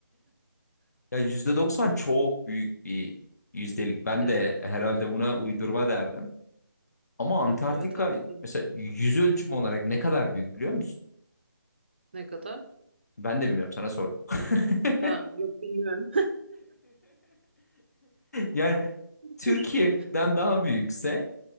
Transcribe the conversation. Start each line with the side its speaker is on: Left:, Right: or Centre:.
Left: ya %90 çok büyük bir yüzdelik. Ben
Right: Evet.
Left: de herhalde buna uydurma derdim. Ama Antarktika
Right: Evet haklısın.
Left: mesela yüz ölçümü olarak ne kadar büyük biliyor musun?
Right: Ne kadar?
Left: Ben de bilmiyorum sana sordum. <laughs>
Right: Ha, yok bilmiyorum.
Left: Yani
Right: <laughs>
Left: Türkiye'den daha büyükse